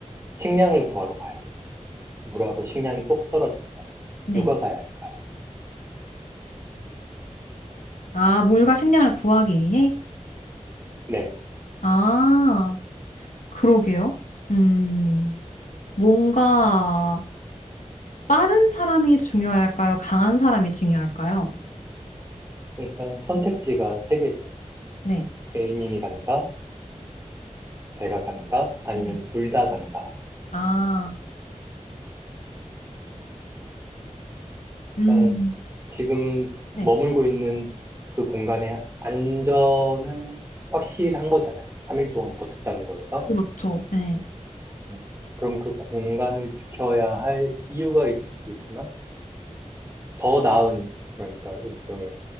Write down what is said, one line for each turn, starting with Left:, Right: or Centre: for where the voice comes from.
Right: 식량을 구하러 가야 돼, 이제. 물하고 식량이 똑 떨어졌어요.
Left: 네.
Right: 누가 가야 할까요?
Left: 아, 물과 식량을 구하기 위해?
Right: 네.
Left: 아, 그러게요. 음, 뭔가 빠른 사람이 중요할까요? 강한 사람이 중요할까요?
Right: 일단 선택지가 세 개죠.
Left: 네.
Right: A님이 간다, 제가 간다, 아니면
Left: 네.
Right: 둘 다 간다.
Left: 아,
Right: 일단
Left: 음,
Right: 지금
Left: 네.
Right: 머물고 있는 그 공간의 안전은 확실한 거잖아요. 3일 동안 버텼다는 거에서.
Left: 그렇죠. 네.
Right: 음, 그럼 그 공간을 지켜야 할 이유가 있을 수도 있지만, 더 나은, 그러니까 일종의